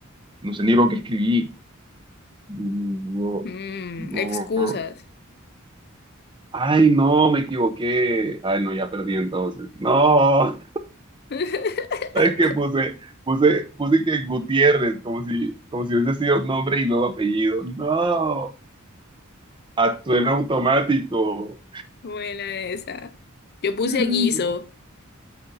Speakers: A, on the right; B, on the left.
A: no sé ni lo que escribí. Gu-
B: Mm,
A: gu-
B: excusas.
A: Ay, no, me equivoqué. Ay, no, ya perdí entonces. No,
B: <laughs>
A: ¿sabes qué puse? Puse, puse que Gutiérrez, como si, como si hubiese sido nombre y luego apellido. No, actué en automático.
B: Buena esa. Yo puse
A: Qué risa.
B: guiso,